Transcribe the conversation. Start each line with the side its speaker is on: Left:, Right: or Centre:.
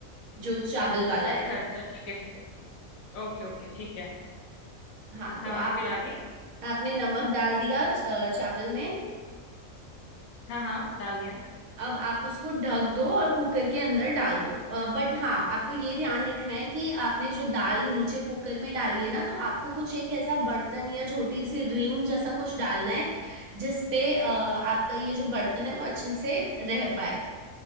Right: जो चावल वाला
Left: अच्छा
Right: है
Left: अच्छा ठीक है ठीक है ओके ओके ठीक है
Right: हाँ तो
Left: हाँ
Right: आप
Left: हाँ, फिर आगे
Right: आपने नमक डाल दिया च- अ, चावल में
Left: हाँ हाँ डाल दिया
Right: अब आप उसको ढक दो और कुकर के अंदर डाल दो बट हाँ आपको ये ध्यान रखना है कि आपने जो दाल नीचे कुकर में डाली है ना तो आपको कुछ एक ऐसा बर्तन या छोटी सी रिंग जैसा कुछ डालना है जिसपे आपका ये जो बर्तन है वो अच्छे से रह पाए